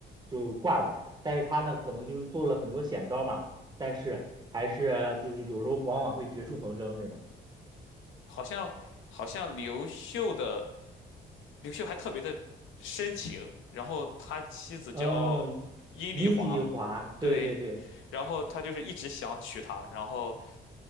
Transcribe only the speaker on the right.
就挂了。但是他呢，可能就是做了很多险招嘛，但是还是就是有时候往往会绝处逢生那种。
嗯，阴里一滑，对对对。